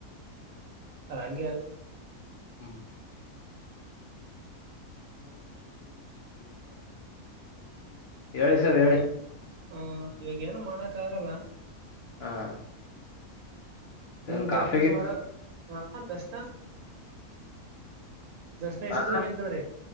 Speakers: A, on the right (about 80°); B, on the left (about 65°).
A: ಅದಂಗೆ
B: ಹಾ <unintelligible> <unintelligible> ಹೇಳಿ ಸರ್
A: ಇವಾಗ
B: ಹೇಳಿ
A: ಹ ಇವಾಗ ಏನು ಮಾಡಕ್ ಆಗಲ್ಲ
B: ಹಾ <unintelligible> ಸರ್
A: ಇನ್
B: ಕಾಫಿಗೆ
A: ದರ್ಶನ ಸುಮಾರ ಹ ದರ್ಶನ <unintelligible> ನಿಂತಕೊಂಡ್ರೆ
B: ಹ